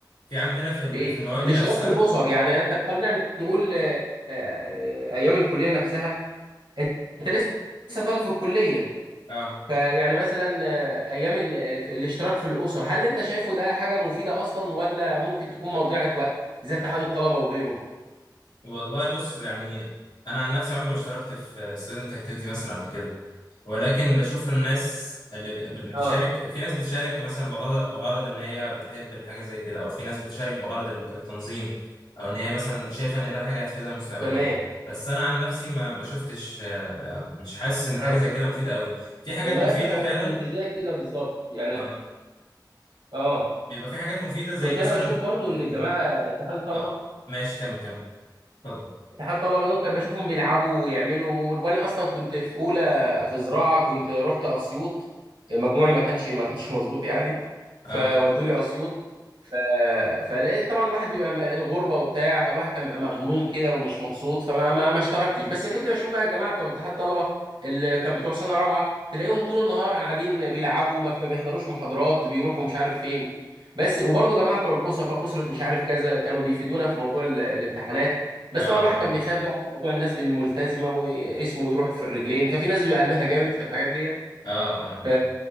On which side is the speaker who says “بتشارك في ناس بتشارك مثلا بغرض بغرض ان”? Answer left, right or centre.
Left